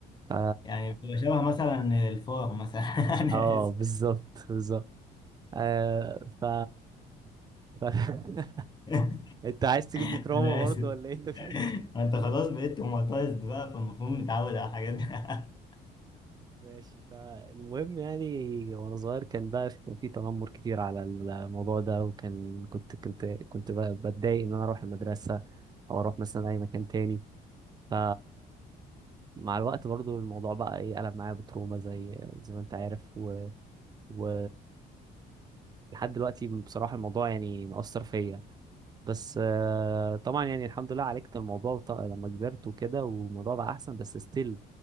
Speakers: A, on the right (about 25°); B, on the left (about 25°).
A: ف
B: يعني بتبقى شبه مثلا الفور مثلا <laughs> انا
A: اه
B: اسف
A: بالظبط بالظبط آه ف... ف... <laughs>
B: <laughs>
A: انت عايز تجيب لي
B: انا
A: تروما برضه
B: اسف
A: ولا ايه <laughs>
B: ما انت خلاص بقيت توماتايزد بقى فالمفروض متعود على الحاجات دي <laughs>
A: ماشي فالمهم يعني وانا صغير كان بقى كان في تنمر كتير على الموضوع ده وكان كنت كنت كنت بقى بتضايق ان انا اروح المدرسه او اروح مثلا اي مكان تاني ف مع الوقت برضو الموضوع بقى ايه قلب معايا بتروما زي زي ما انت عارف و... و... لحد دلوقتي بصراحه الموضوع يعني مأثر فيا بس آه، طبعا يعني الحمد لله عالجت الموضوع وط- لما كبرت وكده والموضوع بقى احسن بس ستيل